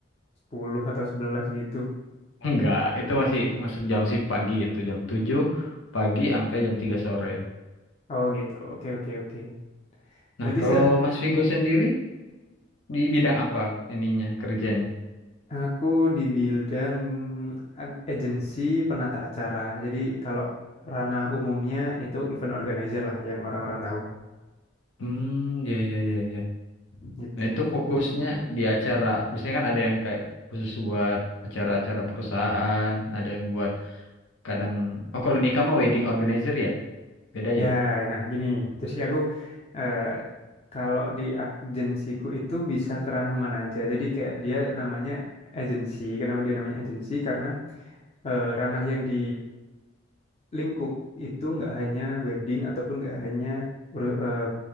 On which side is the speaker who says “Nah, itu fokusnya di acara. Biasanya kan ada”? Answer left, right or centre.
Left